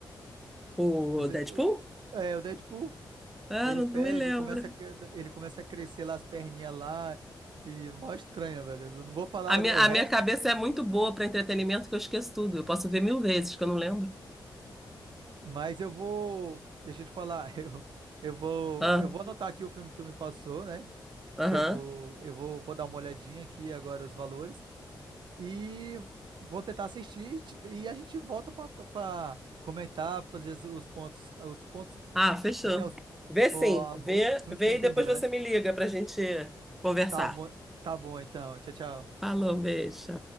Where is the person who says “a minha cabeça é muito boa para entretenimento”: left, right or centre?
Centre